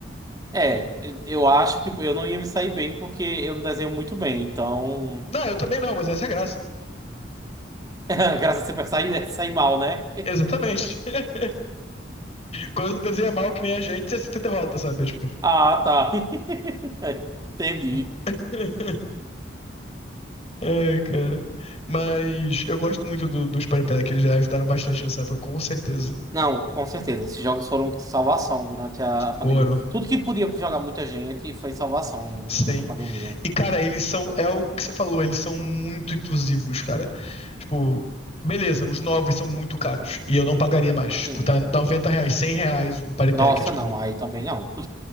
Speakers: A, on the right; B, on the left.
A: É, eu eu acho que eu não ia me sair bem porque eu não desenho muito bem, então.
B: Não, eu também não, mas essa é a graça.
A: <laughs> Graças a Deus, sair sair mal, né?
B: Exatamente. <laughs> Quando você desenha mal que nem a gente, você se derrota, sabe? Tipo...
A: Ah, tá. <laughs> Entendi.
B: <laughs> Ai, cara. Mas eu gosto muito do, dos Party Pack, eles já ajudaram bastante nessa época, com certeza.
A: Não, com certeza. Esses jogos foram salvação durante a pandemia.
B: Foram.
A: Tudo que podia jogar muita gente foi salvação
B: Sim.
A: durante a pandemia.
B: E, cara, eles são. É o que você falou, eles são muito inclusivos, cara. Tipo, beleza, os novos são muito caros. E eu não pagaria mais. Tipo,
A: Sim.
B: tá 90 reais, 100 reais um party pack.
A: Nossa,
B: Tipo,
A: não. Aí também não. <laughs>